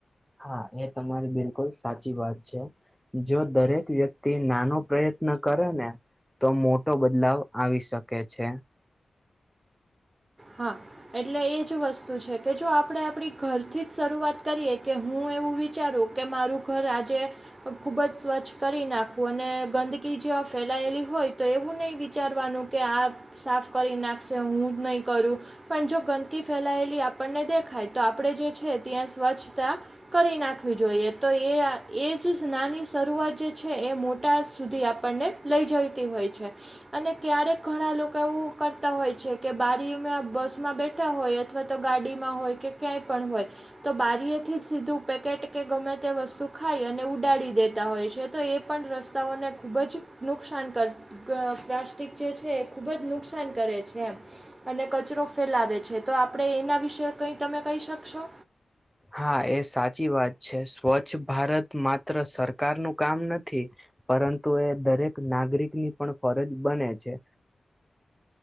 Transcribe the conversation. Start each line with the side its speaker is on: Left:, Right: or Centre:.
Centre: હા એ તમારી બિલકુલ સાચી વાત છે. જો દરેક વ્યક્તિ નાનો પ્રયત્ન કરે ને. તો મોટો બદલાવ આવી શકે છે.
Right: હા. એટલે એ જ વસ્તુ છે કે જો આપણે આપણી ઘરથી જ શરૂઆત કરીએ કે હું એવું વિચારું. કે મારું ઘર આજે ખૂબ જ સ્વચ્છ કરી નાખવું અને ગંદકી જં ફેલાયેલી હોય તો એવું નહીં વિચારવાનું કે આ સાફ કરી નાખશે હું જ નહીં કરું પણ જો ગંદકી ફેલાયેલી આપણને દેખાય તો આપણે જે છે ત્યાં સ્વચ્છતા કરી નાખવી જોઈએ તો એ એ જ નાની શરૂઆત જે છે એ મોટા સુધી આપણને લઈ જતી હોય છે અને ક્યારેક ઘણા લોકો એવું કરતા હોય છે, કે બારી તમે બસમાં બેઠા હોય અથવા તો ગાડીમાં હોય કે ક્યાંય પણ હોય. તો બારીએથી જ સીધું પેકેટ કે ગમે તે વસ્તુ ખાય અને ઉડાડી દેતા હોય છે. તો એ પણ રસ્તાઓને ખૂબ જ નુકસાન કર ગ પ્લાસ્ટિક જે છેએ, ખૂબજ નુકસાન કરે છે. અને કચરો ફેલાવે છે, તો આપડણે એના વિશે કઈ તમે કહી શકશો
Centre: હા એ સાચી વાત છે સ્વચ્છ ભારત માત્ર સરકાર નુ કામ નથી. પરંતુ એ દરેક નાગરિકની પણ ફરજ બને છે.